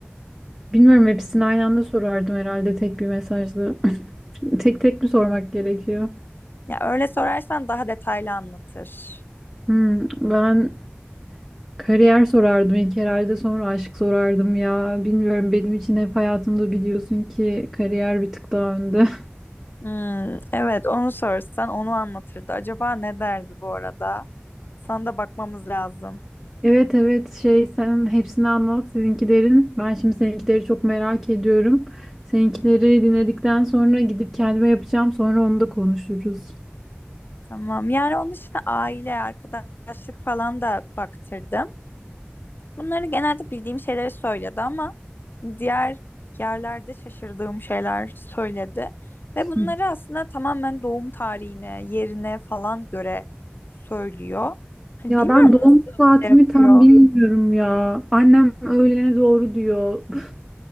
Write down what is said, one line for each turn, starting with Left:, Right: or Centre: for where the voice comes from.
Centre: Bilmiyorum hepsini aynı anda sorardım herhalde tek bir mesajda. <laughs> Tek tek mi sormak gerekiyor?
Left: Ya öyle sorarsan daha detaylı anlatır.
Centre: Hmm, ben kariyer sorardım ilk herhalde sonra aşk sorardım ya. Bilmiyorum benim için hep hayatımda biliyorsun ki kariyer bir tık daha önde. <laughs>
Left: Hmm, evet onu sorsan onu anlatırdı. Acaba ne derdi bu arada? Sana da bakmamız lazım.
Centre: Evet evet şey sen hepsini anlat seninkilerin. Ben şimdi seninkileri çok merak ediyorum. Seninkileri dinledikten sonra gidip kendime yapacağım. Sonra onu da konuşuruz.
Left: Tamam yani onun için aile, arkadaşlık falan da baktırdım. Bunları genelde bildiğim şeyleri söyledi ama hani, diğer yerlerde şaşırdığım şeyler söyledi. Ve bunları
Centre: Hı.
Left: aslında tamamen doğum tarihine, yerine falan göre söylüyor. Hani
Centre: Ya
Left: bilmiyorum
Centre: ben doğum
Left: nasıl
Centre: saatimi
Left: şey yapıyor.
Centre: tam bilmiyorum ya. Annem öğlene doğru diyor. <laughs>